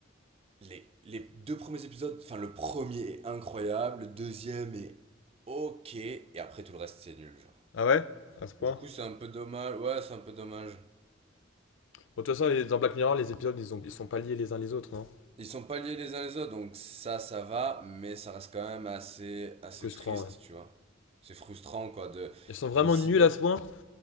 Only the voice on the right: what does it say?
les, les deux premiers épisodes, enfin le premier est incroyable, le deuxième est ok, et après tout le reste c'est nul, genre.
Du coup, c'est un peu dommage, ouais, c'est un peu dommage.
Ils sont pas liés les uns les autres, donc ça, ça va, mais ça reste quand même assez, assez
triste,
tu vois. C'est frustrant, quoi, de,
d'une si
belle